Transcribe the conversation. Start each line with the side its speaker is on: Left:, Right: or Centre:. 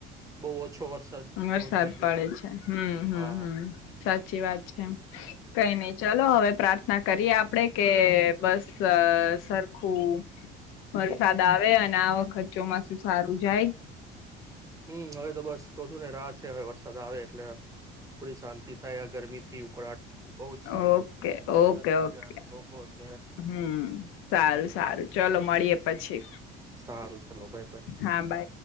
Right: બહુ ઓછો વરસાદ
Left: વરસાદ
Right: નોંધાય
Left: પડે છે, હામ હમ્મ
Right: હા
Left: હામ સાચી વાત છે, કઈ નઈ ચાલો હવે પ્રાર્થના કરીએ આપડે કે બસ સ સરખું વરસાદ આવે અને આ આખો ચોમાસુ સારું જાય.
Right: હમ હવે તો બસ કહું છું, ને રાહ છે, હવે વરસાદ આવે એટલે થોડી શાંતિ થાય આ ગરમી થી ઉકળાટથી બોજ
Left: ઓકે ઓકે
Right: હેરાન થઈ
Left: ઓકે
Right: ગયા છે, લોકો ત
Left: હમ સારું સારું ચલો મળીએ પછી.
Right: સારું ચલો બાય બાય.
Left: હા બાય